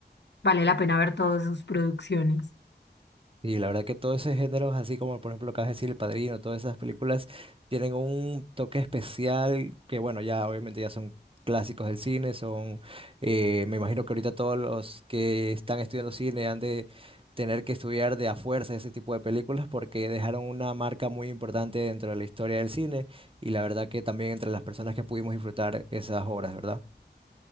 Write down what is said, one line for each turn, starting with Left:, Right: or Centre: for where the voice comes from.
Left: Vale la pena ver todas sus producciones.
Right: Y la verdad que todos esos géneros, así como por ejemplo acabas de decir, El Padrino, todas esas películas tienen un toque especial que bueno, ya obviamente ya son clásicos del cine, son, eh, me imagino que ahorita todos los que están estudiando cine han de tener que estudiar de a fuerza ese tipo de películas porque dejaron una marca muy importante dentro de la historia del cine y la verdad que también entre las personas que pudimos disfrutar esas obras, ¿verdad?